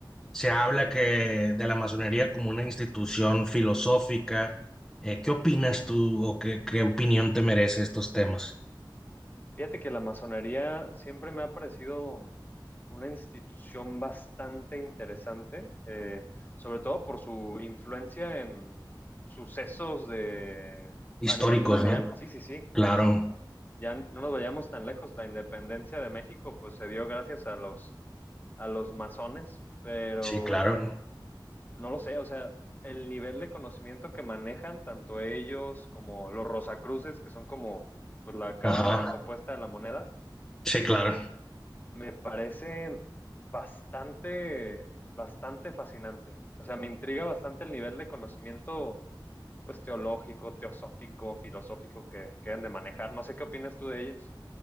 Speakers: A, in the centre; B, on the left (about 25°).
A: se habla que de la masonería como una institución filosófica, eh, ¿qué opinas tú o qué, qué opinión te merece estos temas
B: Fíjate que la masonería siempre me ha parecido una institución bastante interesante, eh, sobre todo por su influencia en sucesos de,
A: históricos,
B: a nivel mundial.
A: no?
B: Sí, sí, sí.
A: Claro,
B: Ya no nos vayamos tan lejos. La independencia de México, pues, se dio gracias a los, a los masones, pero
A: sí, claro.
B: no lo sé. O sea, el nivel de conocimiento que manejan tanto ellos como los Rosacruces, que son como, pues, la cara
A: Ajá,
B: opuesta de la moneda
A: sí, claro.
B: pues me parece bastante, bastante fascinante. O sea, me intriga bastante el nivel de conocimiento, pues, teológico, teosófico, filosófico que, que deben de manejar. No sé qué opinas tú de ellos.